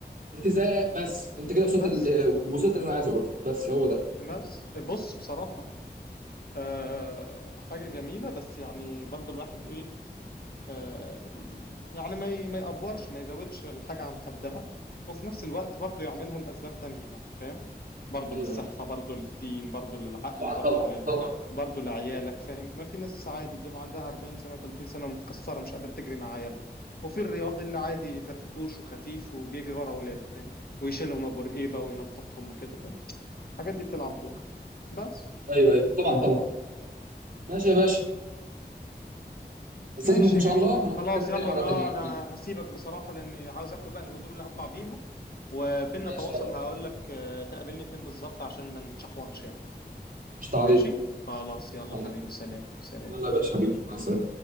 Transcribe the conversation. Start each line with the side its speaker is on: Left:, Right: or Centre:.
Right: التزام بس انت كده وصلت
Left: بس
Right: ال- آه، وصلت اللي انا عايز اقوله بس هو ده
Left: بس بص بصراحه آه حاجه جميله بس يعني برضو الواحد ايه آه، يعني ما ي- ما يأفورش ما يزودش الحاجة عن حدها وفي نفس الوقت برضه يعملها لأسباب تانية يعني فاهم برضه
Right: ايوه
Left: للصحة برضه للدين برضه للعقل
Right: طبعا
Left: برضه
Right: طبعا
Left: لل
Right: طبعا
Left: برضه لعيالك فاهم ما في ناس عادي بتبقى عندها 40 سنة 30 سنة متكسرة مش قادرة تجري مع عيالها وفي الرياضي اللي عادي فرفوش وخفيف وبيجري ورا أولاده فاهم ويشيلهم أبو رقيبة وينططهم وكده فاهم الحاجات دي بتلعب دور بس
Right: ايوه ايوه طبعا طبعا ماشي يا باشا استاذن
Left: ماشي
Right: منك ان
Left: يا
Right: شاء
Left: جميل
Right: الله
Left: خلاص
Right: وانا بتكلم
Left: يلا
Right: تاني مره
Left: انا
Right: تانية على
Left: انا
Right: خير
Left: هسيبك بصراحة لاني عاوز اكوي بقى الهدوم اللي هطلع بيها وبيننا
Right: ماشي
Left: تواصل
Right: يلا
Left: هقول لك آه، تقابلني فين بالظبط عشان ما نتشحوطش يعني
Right: قشطة عليك
Left: ماشي خلاص يلا
Right: يلا
Left: حبيبي سلام سلام
Right: يلا يا باشا حبيبي مع السلامه